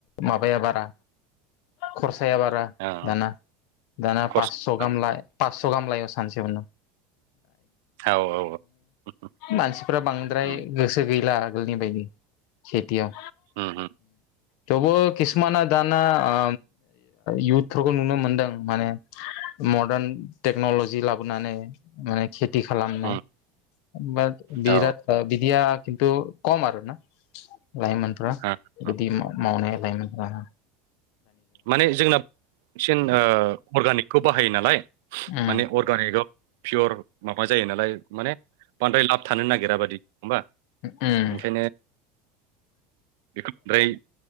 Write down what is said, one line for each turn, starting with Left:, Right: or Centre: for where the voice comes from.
Left: माबाया बारा खरसाया बारा
Right: औ ओ
Left: दाना दाना
Right: खरसा
Left: पासस' गाहाम ला फास्स' गाहाम लायो सानसेयावनो
Right: औ औ औ उम
Left: मानसिफ्रा बांद्राय
Right: उम
Left: गोसो गैला आगोलनि बायदि खेथियाव
Right: उम
Left: थेवबो किसुमाना दाना ओ इयउथफोरखौ नुनो मोनदों माने मदार्न टेक्नलजि लाबोनानै माने खे ति खालामनाय
Right: उम
Left: बा बिराद
Right: औ
Left: बिदि खिन थु खम आरो। ना लाइमोनफ्रा
Right: हो हो
Left: बिदि मावनाया लाइमोन
Right: माने जोंना बांसिन अर्गानिकखौ बाहायो नालाय
Left: उम
Right: माने अर्गानिकआव पियर माबा जायो नालाय माने बांद्राय लाब थानो नागिरा बादि बा
Left: उम
Right: ओंखायनो बेखौ बद्राय